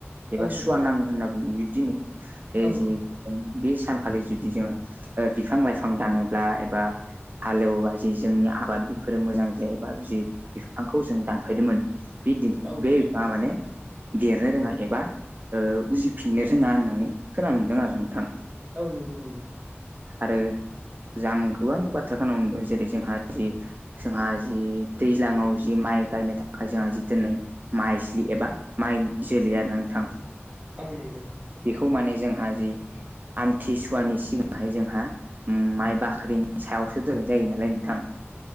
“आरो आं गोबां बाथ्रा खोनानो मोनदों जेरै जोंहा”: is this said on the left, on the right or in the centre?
Right